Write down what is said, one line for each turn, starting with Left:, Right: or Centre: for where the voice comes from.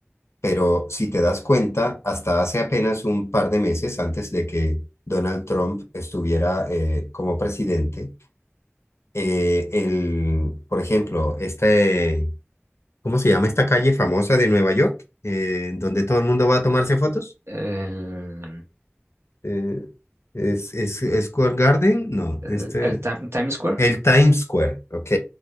Left: Pero si te das cuenta, hasta hace apenas un par de meses antes de que Donald Trump estuviera eh, como presidente, eh, el, por ejemplo, este ¿Cómo se llama esta calle famosa de Nueva York? Eh, donde todo el mundo va a tomarse fotos.
Right: el,
Left: Eh, ¿es, es es Square Garden? No,
Right: el-
Left: este.
Right: el Tim- Times Square,
Left: El Times Square, ok.